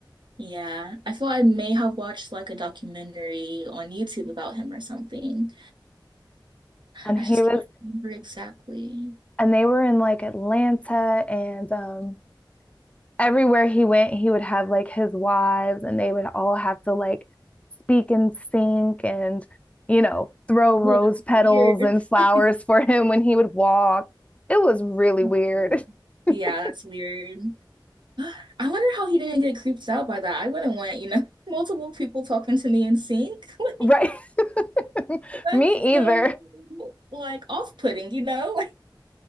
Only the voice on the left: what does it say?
And
he
was,
and they were in like Atlanta and um everywhere he went, he would have like his wives and they would all have to like speak in sync and, you know, throw rose
petals
and flowers
for him when he would walk. It was really weird.
<laughs>
Right. <laughs>
Me
either.